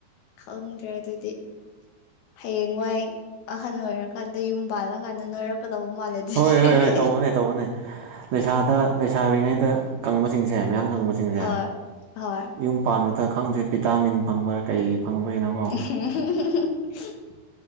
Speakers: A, on the left; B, on the right.
A: ꯈꯪꯗ꯭ꯔꯦ ꯑꯗꯨꯗꯤ ꯍꯌꯦꯡꯋꯥꯏ ꯑꯍꯟ ꯑꯣꯏꯔꯀꯥꯟꯗ ꯌꯨꯝ ꯄꯥꯜꯂꯀꯥꯟꯗ ꯅꯣꯏꯔꯛꯀꯗꯧꯕ ꯃꯥꯜꯂꯦ ꯑꯗꯨꯗꯤ
B: ꯍꯣꯏ ꯍꯣꯏ ꯍꯣꯏ ꯇꯧꯕꯅꯦ ꯇꯧꯕꯅꯦ ꯂꯩꯁꯥꯗ ꯂꯩꯁꯥꯔꯤꯉꯩꯗ ꯀꯪꯕꯁꯤꯡꯁꯦ ꯃꯌꯥꯝ ꯀꯪꯕꯁꯤꯡꯁꯦ
A: ꯍꯣꯏ ꯍꯣꯏ
B: ꯌꯨꯝ ꯄꯥꯟꯕꯗ ꯈꯪꯗꯦ ꯚꯤꯇꯥꯃꯤꯟ ꯐꯪꯕ ꯀꯩ ꯐꯪꯕꯩꯅꯣ
A: <unintelligible>